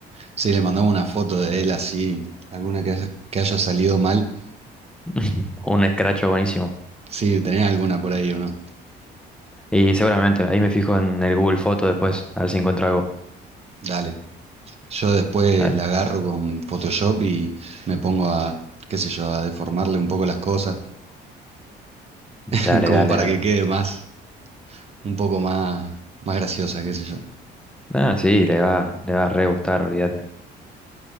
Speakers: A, on the right; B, in the centre.
A: Sí, le mandamos una foto de él así, alguna que, haya- que haya salido mal.
B: <laughs> Un escracho buenísimo.
A: Sí, ¿tenés alguna por ahí o no?
B: Y seguramente, ahí me fijo en el Google Foto después, a ver si encuentro algo.
A: Dale. Yo después
B: Dale,
A: la agarro con Photoshop y me pongo a, qué sé yo, a deformarle un poco las cosas, <laughs>
B: dale,
A: como
B: dale,
A: para
B: dale.
A: que quede más. un poco más, más graciosa, qué sé yo.
B: Ah, sí, le va, le va a re gustar, olvídate.